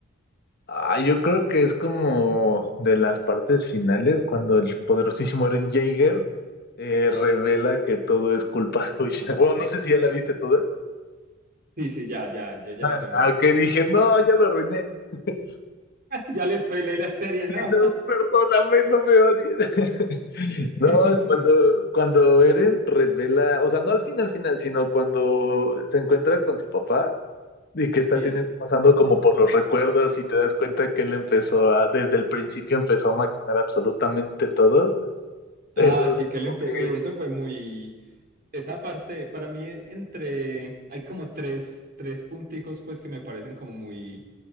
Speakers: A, on the left; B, on the right.
A: ah, yo creo que es como de las partes finales, cuando el poderosísimo Eren Jaeger eh, revela que todo es culpa suya. <laughs> Bueno, no sé si ya la viste toda.
B: Sí, sí, ya, ya,
A: <laughs>
B: yo ya
A: Ah,
B: la terminé.
A: ah, que dije, no, ya lo arruiné. <laughs>
B: Ya les spoilé la serie,
A: Sí,
B: ¿no?
A: No, perdóname, no me odies. <laughs>
B: <laughs>
A: No, cuando, cuando Eren revela, o sea, no al final, final, sino cuando se encuentra con su papá y que está
B: Sí.
A: teni- pasando como por los recuerdos y te das cuenta que él empezó a, desde el principio empezó a maquinar absolutamente todo. Eso
B: Ah, sí,
A: es como
B: que le empe-
A: que
B: uy, eso fue muy... Esa parte, para mí, entre... Hay como tres, tres punticos, pues, que me parecen como muy,